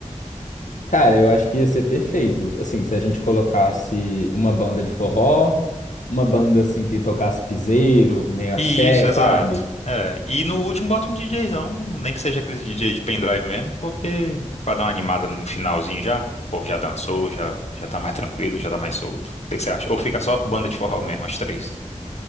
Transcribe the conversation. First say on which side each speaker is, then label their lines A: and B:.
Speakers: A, on the left; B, on the left.
A: Cara, eu acho que ia ser perfeito. Assim, se a gente colocasse uma banda de forró, uma banda assim que tocasse piseiro, meio axé,
B: Isso, exato.
A: sabe?
B: É. E no último bota um DJzão, nem que seja aquele DJ de pendrive mesmo, porque pra dar uma animada no finalzinho já, o povo já dançou, já, já tá mais tranquilo, já tá mais solto. O que que você acha? Ou fica só banda de forró mesmo, as três?